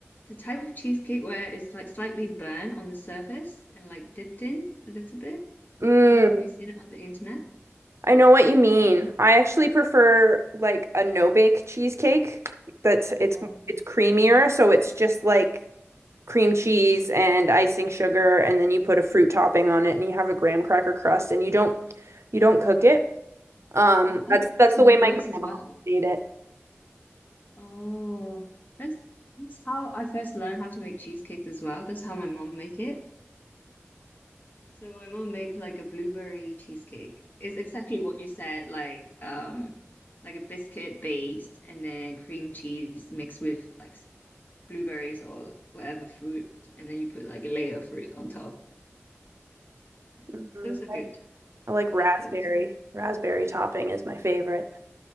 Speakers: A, on the left; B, on the right.
A: the type of cheesecake where it's like slightly burnt on the surface and like dipped in a little bit.
B: Mm.
A: I don't know, have you seen it on the internet?
B: I know what you mean. I actually prefer like a no-bake cheesecake that's it's
A: Um,
B: it's creamier, so it's just like cream cheese and icing sugar and then you put a fruit topping on it and you have a graham cracker crust and you don't you don't cook it. Um
A: Oh, I
B: that's
A: used
B: that's
A: to
B: the
A: make
B: way my
A: those
B: grandma
A: as well.
B: made it.
A: Oh, that's that's how I first learned how to make cheesecakes as well. That's how my mom make it. So my mom make like a blueberry cheesecake. It's exactly what you said, like um, like a biscuit based and then cream cheese mixed with like blueberries or whatever fruit, and then you put like a layer of fruit on top. Yeah,
B: Mhm.
A: those are good.
B: I like
A: I
B: raspberry.
A: love those.
B: Raspberry topping is my favorite.